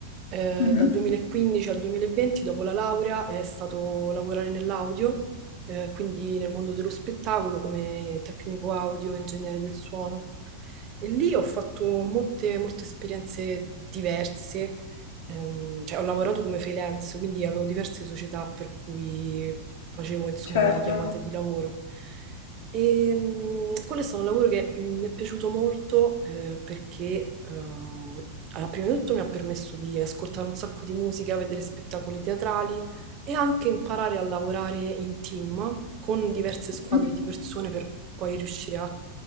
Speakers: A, on the right (about 35°); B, on the left (about 55°).
A: eh,
B: Mhm.
A: dal 2015 al 2020, dopo la laurea, è stato lavorare nell'audio, eh, quindi nel mondo dello spettacolo come tecnico audio, ingegnere del suono. E lì ho fatto molte, molte esperienze diverse, ehm, cioè ho lavorato come freelance, quindi avevo diverse società per cui facevo insomma
B: Certo.
A: delle chiamate di lavoro. E, mh, quello è stato un lavoro che mi è piaciuto molto eh, perché eh, allora, prima di tutto mi ha permesso di ascoltare un sacco di musica, vedere spettacoli teatrali e anche imparare a lavorare in team con diverse squadre
B: Mh-mh.
A: di persone per poi riuscire a